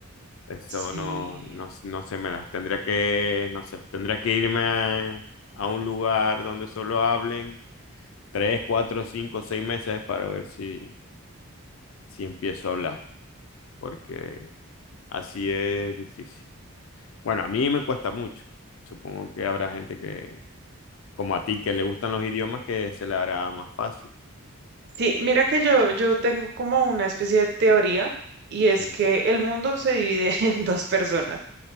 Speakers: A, on the left; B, on the right.
A: Eso
B: Sí.
A: no, no, no se me da. Tendría que, no sé, tendría que irme a, a un lugar donde solo hablen tres, cuatro, cinco, seis meses para ver si, si empiezo a hablar. Porque así es difícil. Bueno, a mí me cuesta mucho. Supongo que habrá gente que, como a ti, que le gustan los idiomas, que se le hará más fácil.
B: Sí, mira que yo, yo tengo como una especie de teoría y es
A: Sí,
B: que el mundo se divide <laughs> en dos personas,